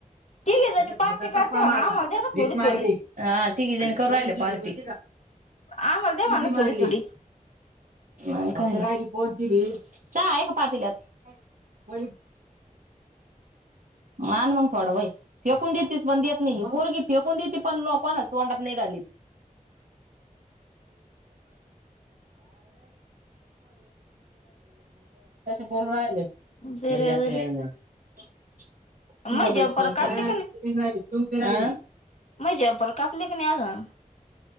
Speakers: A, on the left; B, on the right.
A: तिघे जणी
B: त्याच्या
A: पार्टी
B: खालचा
A: करते
B: टप्पा
A: म्हणा
B: मारला.
A: आम्हाला द्या ना
B: भित
A: थोडी
B: मारली.
A: थोडी
B: हा तीघीजनी करू राहिले पार्टी.
A: आमाला
B: ती
A: दया म्हणा
B: बी मारली
A: थोडी - थोडी.
B: नाही <unintelligible> राहिली कोनती भी चहा आहे का पातील्यात? <unintelligible> आन मग थोडा वय, फेकून देतीस पण देत नाय, पोरगी फेकून देते पण न कोनाच्या तोंडात नाय घालीत. <unintelligible> <unintelligible>
A: बरं बरं मग
B: गप
A: जम्पर
B: बैस फोन
A: कापले
B: चालू <inaudible> <inaudible>
A: मये जम्पर कापले का नाय अजून?